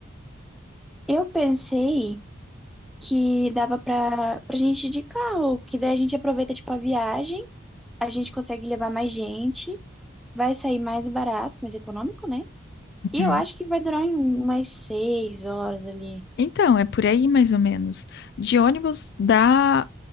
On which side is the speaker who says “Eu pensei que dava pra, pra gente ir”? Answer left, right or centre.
Centre